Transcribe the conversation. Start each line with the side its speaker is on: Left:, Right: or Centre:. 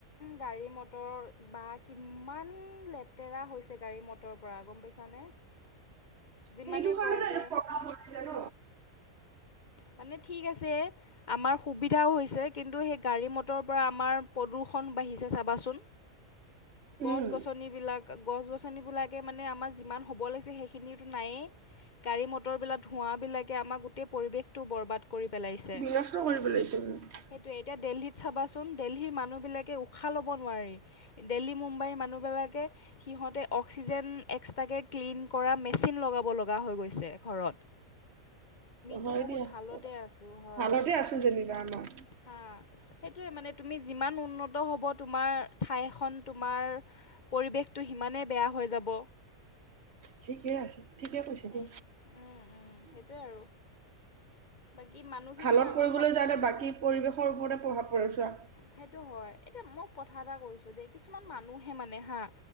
Left: গাড়ী ম মটৰ বা কিমান লেতেৰা হৈছে গাড়ী মটৰৰ পৰা গম পাইছানে যিমানে
Right: সেইটো কাৰণে
Left: কয়
Right: ন এটো
Left: যে
Right: প় হৈ জান
Left: মানে ঠিক আছে আমাৰ সুবিধাও হৈছে কিন্তু সেই গড়ী ম পৰা আমাৰ প্ৰদূষণ বাঢিছে চ বাচোন গছ
Right: উম
Left: গছনিবিলাকে মানে আমাৰ যিমান হ'ব লাগিছে সেইখিনিয়োটো নাইয়ে গাড়ী ম তৰবিলাক ধোঁৱাবিলাকে আমাৰ পৰিৱেশ বৰবাদ কৰি পেলাইছে
Right: বিনষ্ট কৰি পেলাইছে উম
Left: সেইটো এতিয়া দেলহিত চ কোৱাচোন দেলহীৰ মানুহবিলাকে উশাহ ল'ব নোৱাৰি। দেলহী মুম্বাইৰ মানুহবিলাকে সিহঁতে অক্সিজেন এক্সট্ৰাকৈ ক্লিন কৰা মেচিন লগাব লগা হৈ গৈছে ঘৰত। তো
Right: হয়
Left: বহুত
Right: দিয়া
Left: ভালতে আছো হয়।
Right: ভালতে আছো যেনিবা আমাৰ
Left: হা। সেইটোৱে মানে তুমি যিমান উন্নত হ'ব তোমাৰ ঠাই এখন তোমাৰ পৰিৱেশটো সিমানেই বেয়া হৈ যাব।
Right: ঠিকে আছে। ঠিকে কৈছে
Left: সেই
Right: দে
Left: উম উম সেইটোৱে আৰু। বাকী মানুহখিনিয়ে
Right: ভালত
Left: আমাৰ
Right: কৰিবলৈ যাওঁতে বাকী পৰিবেশৰ ওপৰতে প্ৰভাৱ পৰে চোৱা
Left: সেটো হয়। এতিয়া মই কথা এটা কৈছোঁ দেই কিছুমান মানুহে মানে হা